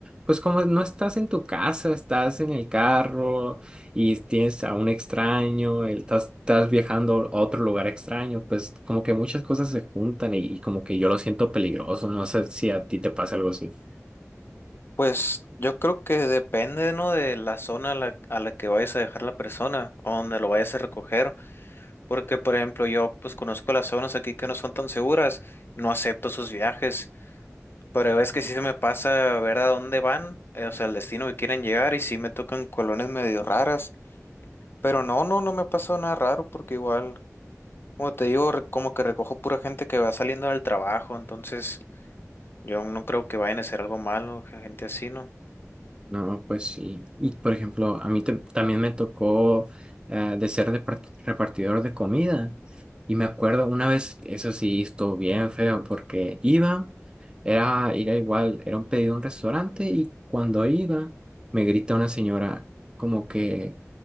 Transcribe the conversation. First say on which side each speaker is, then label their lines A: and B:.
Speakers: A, on the right; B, on the left.
A: pues como no estás en tu casa, estás en el carro y tienes a un extraño, el- estás, estás viajando a otro lugar extraño, pues como que muchas cosas se juntan y, y como que yo lo siento peligroso, no sé si a ti te pasa algo así.
B: Pues yo creo que depende, ¿no? De la zona a la, a la que vayas a dejar la persona o donde lo vayas a recoger. Porque, por ejemplo, yo pues conozco las zonas aquí que no son tan seguras. No acepto sus viajes. Pero es que sí se me pasa ver a dónde van, eh, o sea, el destino que quieren llegar y sí me tocan colonias medio raras. Pero no, no, no me ha pasado nada raro porque igual Como te digo, re- como que recojo pura gente que va saliendo del trabajo, entonces yo no creo que vayan a hacer algo malo, gen- gente así, ¿no?
A: No, pues sí. Y por ejemplo, a mí tam- también me tocó eh, de ser depart- repartidor de comida. Y me acuerdo una vez, eso sí, estuvo bien feo porque iba, era, era igual, era un pedido a un restaurante y cuando iba me grita una señora como que,